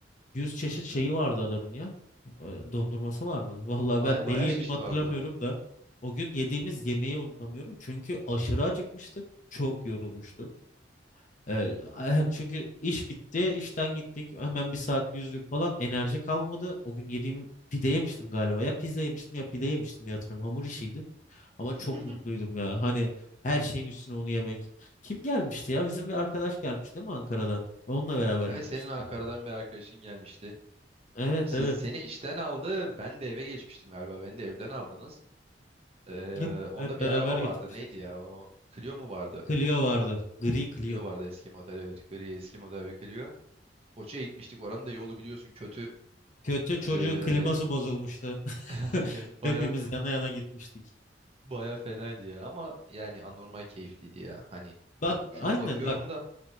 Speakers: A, on the left (about 45°); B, on the right (about 35°).
A: 100 çeşit şeyi vardı adamın ya. E, Dondurması vardı. <laughs> Vallahi
B: Ay
A: ben neli
B: bayağı
A: yediğimi
B: çeşit
A: hatırlamıyorum
B: vardı.
A: da o gün yediğimiz yemeği unutamıyorum. Çünkü aşırı acıkmıştık. Çok yorulmuştuk. Ee, a- çünkü iş bitti, işten gittik. Hemen bir saat yüzdük falan. Enerji kalmadı. O gün yediğim pide yemiştim galiba. Ya pizza yemiştim ya pide yemiştim diye hatırlıyorum. Hamur işiydi. Ama
B: <laughs>
A: çok mutluydum ya. Hani her şeyin üstüne onu yemek. Kim gelmişti ya? Bizim bir arkadaş gelmiş değil mi Ankara'dan? Onunla beraber
B: Hani
A: gitmiştik
B: senin Ankara'dan
A: herhalde.
B: bir arkadaşın gelmişti.
A: Evet
B: Siz
A: evet.
B: seni işten aldı. Ben de eve geçmiştim galiba. Beni de evden aldınız. Ee,
A: Hep,
B: onda
A: hep
B: bir
A: beraber
B: araba vardı.
A: gitmiştik.
B: Neydi ya o? Clio mu vardı?
A: Clio vardı. Gri Clio.
B: Clio vardı eski model evet. Gri eski model bir Clio. Foça'ya gitmiştik. Oranın da yolu biliyorsun kötü.
A: Kötü çocuğun
B: Ee,
A: kliması bozulmuştu. <laughs>
B: <laughs> aynen baya
A: Hepimiz yana yana gitmiştik.
B: baya fenaydı ya. Ama yani anormal keyifliydi ya. Hani
A: Bak
B: şu
A: aynen
B: an bakıyorum
A: bak.
B: da